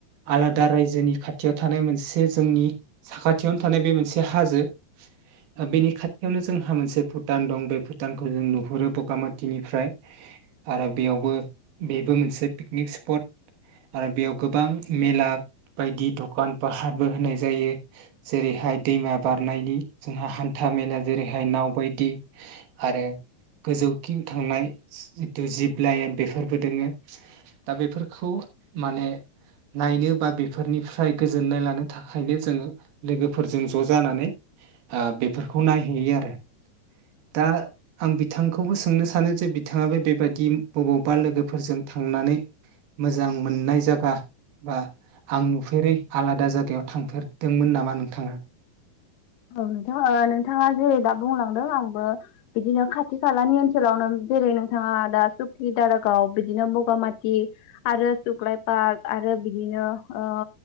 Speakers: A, on the right; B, on the left.
A: आलादा रायजोनि खाथियाव थानाय मोनसे जोंनि साखाथियावनो थानाय बे मोनसे हाजो ओ बेनि खाथियावनो जो जोंहा मोनसे भुटान दं बे भुटान खौ जों नुहुरो बगामा थिनिफ्राय आरो बेयावबो बेबो मोनसे पिकनिक स्पट। आरो बेयाव गोबां मेला बायदि दखान फाहारबो होनाय जायो। जेरैहाय दैमा बारनायनि जोंहा हान्था मेला जेरैहाय नाव बायदि आरो गोजौखिं थांनाय जिथु जिब लाइन बेफोरबो दोङो। दा बेफोरखौ माने नायनो बा बेफोरनिफ्राय गोजोननाय लानो थाखायनो जोङो लोगोफोरजों ज' जानानै ओ बेफोरखौ नायहैयो आरो। दा आं बिथांखौबो सोंनो सानो जे बिथाङाबो बेबायदि बबावबा लोगोफोरजों थांनानै मोजां मोननाय जागा बा आं नुफेरै आलादा जागायाव थांफेरदोंमोन नामा नोंथाङा?
B: औ नोंथां ओ नोंथाङा जेरै दा बुंलांदों आंबो बिदिनो खाथि खालानि ओनसोलावनो जेरै नोंथाङा दा सुखि, दारागाव बिदिनो बगामाथि आरो सुख्लाय पार्क आरो बिदिनो ओ